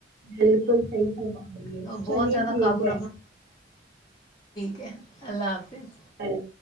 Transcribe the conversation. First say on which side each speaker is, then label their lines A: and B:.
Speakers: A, on the right (about 65°); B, on the left (about 25°).
A: بالکل صحی فرما رہی ہے
B: بہت
A: چلیے
B: زیادہ
A: ٹھیک
B: قابو
A: ہے
B: اوھیک ہے اللہ حافظ
A: ہاں